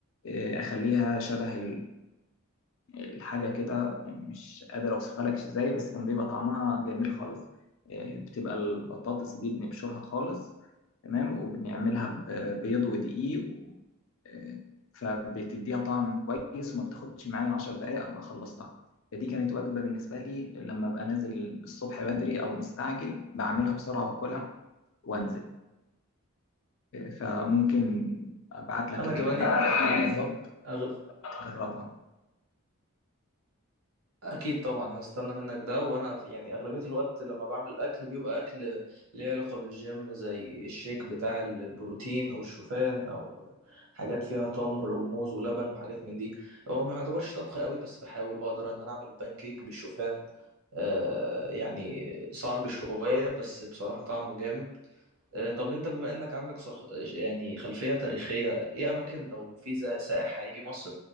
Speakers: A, on the left; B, on the right.
A: آه، أخليها شبه الحاجة كده يعني مش قادر أوصفها لك إزاي بس كان بيبقى طعمها جميل خالص آه، بتبقى البطاطس دي بنبشرها خالص تمام وبنعملها ببيض ودقيق و- آه، فبتديها طعم كويس وما بتاخدش معايا 10 دقايق أبقى خلصتها فدي كانت وجبة بالنسبة لي لما أبقى نازل الصبح بدري أو مستعجل بعملها بسرعة وأكلها وأنزل آه، فممكن أبعت لك
B: انا
A: ال-
B: كمان يعني
A: بالظبط
B: أغل...
A: تجربها
B: اكيد طبعا هستنى منك ده وانا في- يعني اغلبيه الوقت لما بعمل الاكل بيبقى اكل ليه علاقه بالجيم زي الشيك بتاع ال- البروتين او الشوفان او حاجات فيها تمر وموز ولبن وحاجات من دي هو ما يعتبرش طبخ قوي بس بحاول بقدر ان انا اعمل بانكيك بالشوفان آه يعني صعب شويه بس بصراحه طعمه جامد آه طب انت بما انك عندك صخ... يعني خلفيه تاريخيه ايه اماكن لو في زا- سائح هيجي مصر